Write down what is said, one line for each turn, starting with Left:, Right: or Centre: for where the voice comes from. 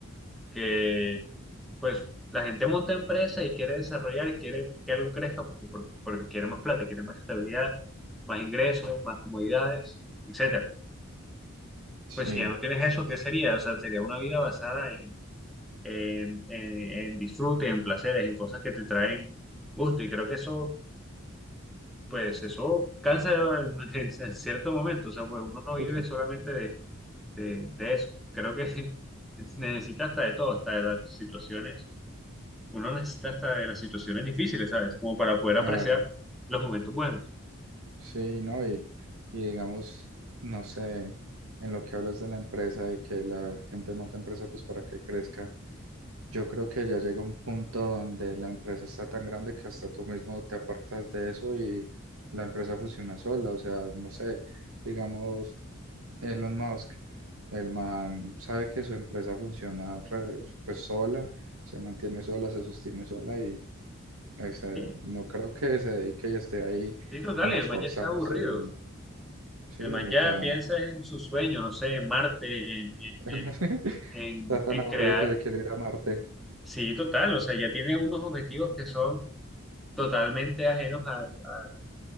Centre: que pues la gente monta empresa y quiere desarrollar y quiere que algo crezca porque, porque, porque quiere más plata, quiere más estabilidad, más ingresos, más comodidades, etcétera.
Right: Sí.
Centre: Pues si ya no tienes eso, ¿qué sería? O sea, sería una vida basada en, en, en- en disfrute, en placeres, en cosas que te traen gusto y creo que eso, pues eso cansa en, <laughs> en cierto momento, o sea, pues uno no vive
Right: Sí,
Centre: solamente de, de de eso, creo que <laughs> necesita hasta de todo, hasta de las situaciones Uno necesita hasta de las situaciones difíciles, ¿sabes? Como para poder
Right: claro,
Centre: apreciar los momentos buenos.
Right: sí, ¿no? Y, y digamos, no sé, en lo que hablas de la empresa, de que la gente monta empresa pues para que crezca, yo creo que ya llega un punto donde la empresa está tan grande que hasta tú mismo te apartas de eso y la empresa funciona sola, o sea, no sé, digamos, Elon Musk, el man sabe que su empresa funciona re- pues sola, se mantiene sola, se sostiene sola O sea,
Centre: Sí,
Right: no creo que se dedique y esté ahí
Centre: sí, total,
Right: como
Centre: y el
Right: esforzándose
Centre: man ya está aburrido.
Right: y sí,
Centre: El man ya
Right: o sea,
Centre: piensa en su sueño, no sé, en Marte, en, en,
Right: <laughs>
Centre: en, en,
Right: está tan
Centre: en
Right: aburrido
Centre: crear.
Right: que se quiere ir a Marte.
Centre: Sí, total, o sea, ya tiene unos objetivos que son totalmente ajenos al, al,